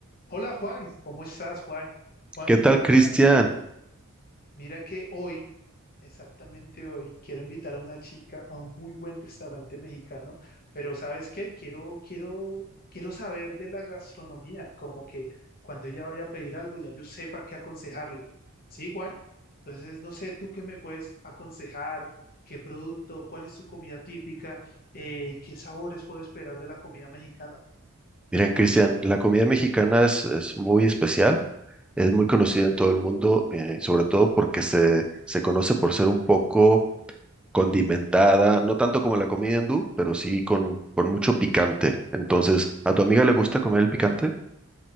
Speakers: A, on the left; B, in the centre.
A: Hola Juan, ¿cómo estás Juan? Juan,
B: ¿Qué
A: mira,
B: tal, Cristian?
A: mira que hoy, exactamente hoy, quiero invitar a una chica a un muy buen restaurante mexicano, pero ¿sabes qué? Quiero, quiero, quiero saber de la gastronomía, como que cuando ella vaya a pedir algo ya yo sepa qué aconsejarle. ¿Sí, Juan? Entonces, no sé, ¿tú qué me puedes aconsejar? ¿Qué producto? ¿Cuál es su comida típica? Eh, ¿qué sabores puedo esperar de la comida mexicana?
B: Miren, Cristian, la comida mexicana es, es muy especial, es muy conocida en todo el mundo, eh, sobre todo porque se, se conoce por ser un poco condimentada, no tanto como la comida hindú, pero sí con, con mucho picante. Entonces, ¿a tu amiga le gusta comer el picante?